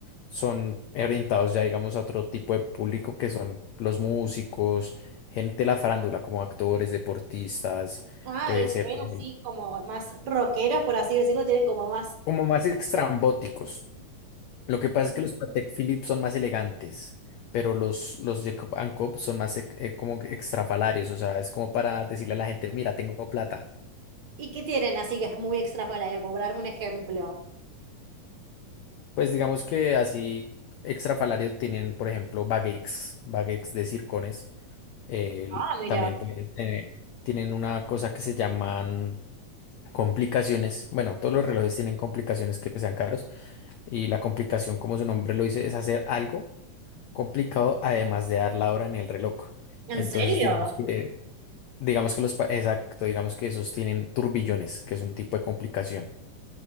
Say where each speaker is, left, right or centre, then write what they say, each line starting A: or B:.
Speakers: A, on the left (about 85°); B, on the right (about 65°).
A: son orientados ya, digamos, a otro tipo de público que son los músicos, gente de la farándula, como actores, deportistas,
B: Ah,
A: puede
B: y se
A: ser
B: ven así
A: eh,
B: como más rockeros, por así decirlo, tienen como más...
A: como más extrambóticos.
B: Mira,
A: Lo que pasa es que los Patek Philippe son más elegantes, pero los, los Jacob and Co. son más ex- eh, como que extrafalarios, o sea, es como para decirle a la gente, mira, tengo plata.
B: ¿y qué tienen así que es muy extrafalario? Cobrarme un ejemplo.
A: Pues digamos que así extrafalario tienen, por ejemplo, baguettes, baguettes de circones. el-
B: Ah, mira.
A: también pueden tener- tienen una cosa que se llaman complicaciones. Bueno, todos los relojes tienen complicaciones que sean caros y la complicación, como su nombre lo dice, es hacer algo. complicado, además de dar la hora en el reloj.
B: ¿En
A: Entonces,
B: serio?
A: digamos que, digamos que los, pa- exacto, digamos que esos tienen turbillones, que es un tipo de complicación.